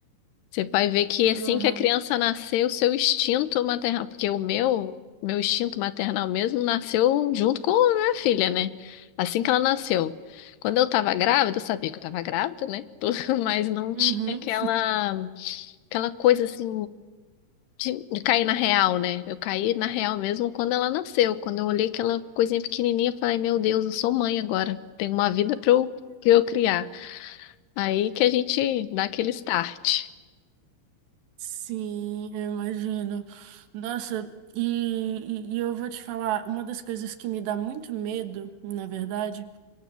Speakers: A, on the left; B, on the right.
A: Você vai ver que assim
B: Uhum.
A: que a criança nascer, o seu instinto maternal, porque o meu, meu instinto maternal mesmo nasceu junto com a minha filha, né? Assim que ela nasceu. Quando eu tava grávida, eu sabia que eu tava grávida, né? Tudo, <laughs> mas não
B: Uhum.
A: tinha aquela aquela coisa assim de, de cair na real, né? Eu caí na real mesmo quando ela nasceu. Quando eu olhei aquela coisinha pequenininha, eu falei, meu Deus, eu sou mãe agora. Tenho uma vida para eu, pra eu criar. Aí que a gente dá aquele start.
B: Sim, eu imagino. Nossa, e, e, e eu vou te falar, uma das coisas que me dá muito medo, na verdade,